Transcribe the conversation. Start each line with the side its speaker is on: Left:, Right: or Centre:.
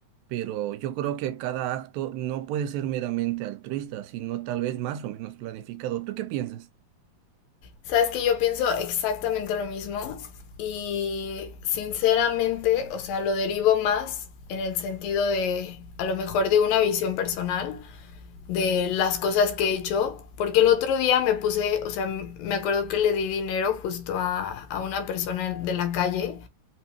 Right: pero yo creo que cada acto no puede ser meramente altruista, sino tal vez más o menos planificado. ¿Tú qué piensas?
Left: Sabes que yo pienso exactamente lo mismo y sinceramente, o sea, lo derivo más en el sentido de a lo mejor de una visión personal de las cosas que he hecho, porque el otro día me puse, o sea, me acuerdo que le di dinero justo a, a una persona de la calle